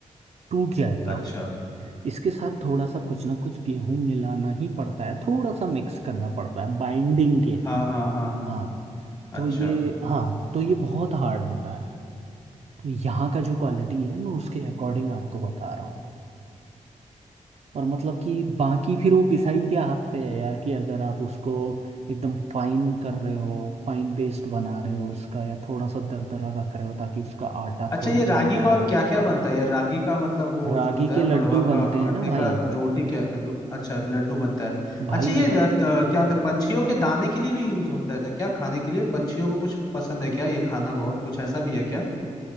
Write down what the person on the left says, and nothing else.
अच्छा
हाँ हाँ हाँ
अच्छा
अच्छा
ये
रागी
का और क्या क्या बनता है यार रागी का मतलब वो
जो होता
है
मड़वा
का
आटे
का रोटी क्या रो, अच्छा लड्डू बनता है
अच्छा ये द- त- क्या होता है पंछियों के दाने के लिए भी यूज होता है तो क्या खाने के लिए पंछियों को कुछ पसंद है क्या ये खाना बहुत कुछ ऐसा भी है क्या